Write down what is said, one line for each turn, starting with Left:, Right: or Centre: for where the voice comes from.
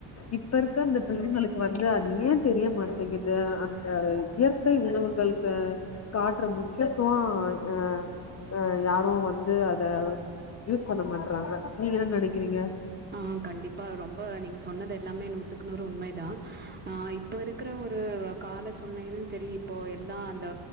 Left: இப்ப இருக்க அந்த பிள்ளைங்களுக்கு வந்து அது ஏன் தெரிய மாட்டேங்குது அந்த இயற் கை உணவுகள்க்கு காட்ற முக்கியத்துவோ ஆ ஆ யாரு வந்து அத யூஸ் பண்ண மாட்றாங்க நீங்க என்ன நெனைக்கிறீங்க
Right: ஆ கண்டிப்பா ரொம்ப நீங்க சொன்னது எல்லாமே நூத்துக்கு நூறு உண்மைதா ஆ இப்போ இருக் கற ஒரு கால சூழ்நிலையிலு சரி இப்போ எல்லா அந்த